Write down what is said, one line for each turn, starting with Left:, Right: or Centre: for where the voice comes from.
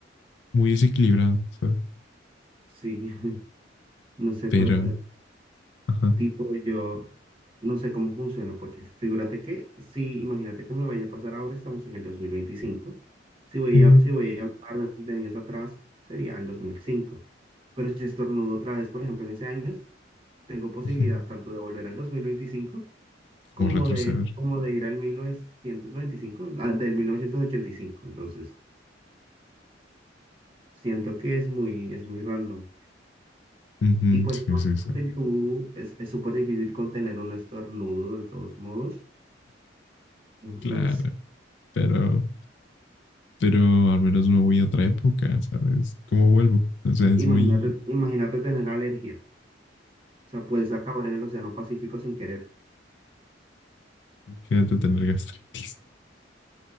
Left: muy desequilibrado, ¿sabes?
Right: sí. <laughs> No sé,
Left: Pero,
Right: pero
Left: ajá,
Right: Tipo, yo no sé cómo funciona, porque figúrate que, si imagínate que me vaya a pasar ahora, estamos en el dos mil veinticinco si voy
Left: Ujú.
Right: a, si voy a hablar 20 años atrás, sería el dos mil cinco Pero si estornudo otra vez, por ejemplo, en ese año, tengo posibilidad
Left: ujú,
Right: tanto de volver al 2025
Left: como
Right: como
Left: retroceder.
Right: de, como de ir al 1995, ah, del mil novecientos ochenta y cinco Entonces, siento que es muy, es muy random.
Left: Ujú,
Right: Y pues
Left: sí,
Right: es más
Left: sí, sí,
Right: fácil tú, es, es súper difícil contener un estornudo de todos modos. Entonces,
Left: claro, pero, pero al menos me voy a otra época, ¿sabes? ¿Cómo vuelvo? O sea, es
Right: imagínate,
Left: muy,
Right: imagínate tener alergia. O sea, puedes acabar en el Océano Pacífico sin querer,
Left: imagínate tener gastritis